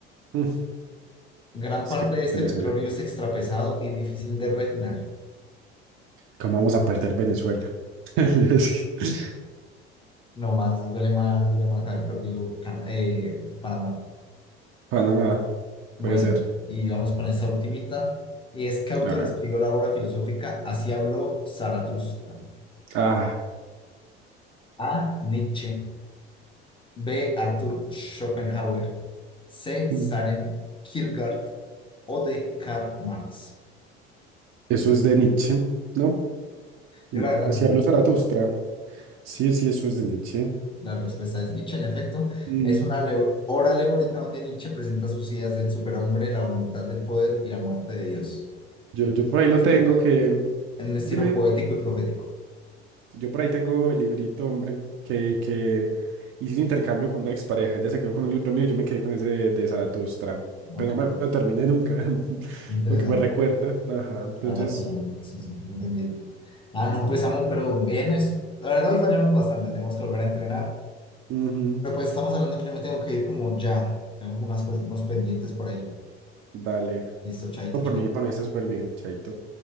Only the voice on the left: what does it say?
Gran
parte
de este
petróleo es extrapesado y difícil de refinar.
No más, duele más, duele más haber perdido Cana- eh, Panamá.
Bueno,
y vamos con esta ultimita. Y es que autor
escribió la obra filosófica Así habló Zaratustra.
A. Nietzsche. B. Arthur Schopenhauer. C. Søren
Kierkegaard. O D. Karl Marx.
Yo la verdad
no sé.
La respuesta es Nietzsche, en efecto.
Es una ale- obra alegórica donde Nietzsche presenta sus ideas del superhombre, la voluntad del poder y la muerte de Dios.
El
libro
fue
escrito
en un estilo
poético y profético.
Ok,
interesante.
A la persona. Sí, sí, entendí. Ah,
no, pues amo, pero bien, es... la verdad hoy fallamos bastante. Tenemos que volver a entrenar.
Pero pues estamos hablando que yo me tengo que ir como ya. Tengo unas cosas, unos pendientes por ahí.
Listo, chaito,
chulito.